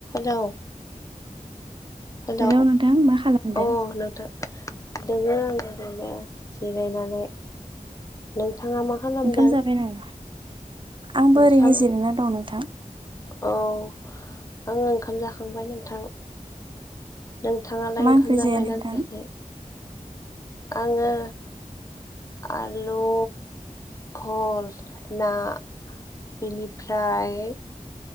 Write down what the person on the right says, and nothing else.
हेलौ नोंथां मा खालामदो
ओंखाम जाबाय नामा? आंबो
ओरैनो जिरायना दं नोंथां
मा
ओंख्रि
जाया नोंथां?